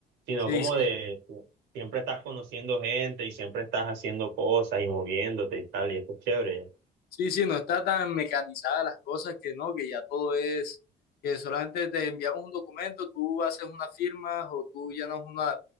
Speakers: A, on the right; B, on the left.
A: sino
B: Sí,
A: como
B: sí.
A: de, siempre estás conociendo gente y siempre estás haciendo cosas y moviéndote y tal, y eso es chévere.
B: Sí, sí, no está tan mecanizada las cosas que no, que ya todo es, que solamente te enviamos un documento, tú haces unas firmas o tú llenas una,